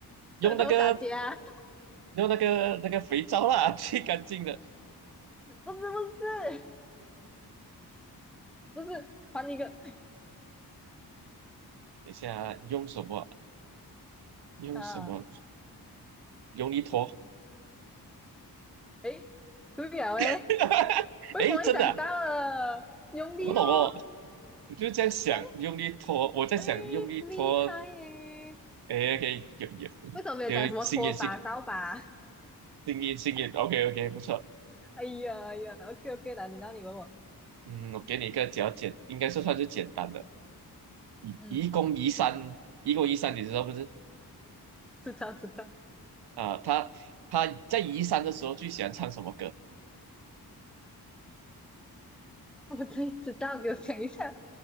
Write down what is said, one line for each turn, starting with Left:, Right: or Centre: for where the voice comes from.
Right: 用那个
Centre: 舌头打架，
Right: 用那个那个肥皂啦，<laughs> 最干净的。
Centre: 不是不是不是，还一个。
Right: 等一下用什么？用什么？
Centre: 啊，
Right: 用力拖。
Centre: 诶，对了诶，
Right: <laughs>
Centre: 为什么会想到了？
Right: 诶，真的啊、
Centre: 用力哦，
Right: 我不懂哦。我就这样想，
Centre: 这样
Right: 用力拖。我在想用力拖。
Centre: 诶，厉害诶。
Right: 诶 o k 有有
Centre: 为什么没有讲什么拖把、
Right: 有，经验经
Centre: 扫把？
Right: 经验经验。OK OK，不错。
Centre: 哎呀哎呀，OK OK，难轮到你问我。
Right: 嗯，我给你一个比较简，应该是算是简单的。移移宫移山，
Centre: 嗯，
Right: 移宫移山，你知道不是？
Centre: 知道知道，
Right: 啊、他他在移山的时候最喜欢唱什么歌？
Centre: 我真知道，给我讲一下，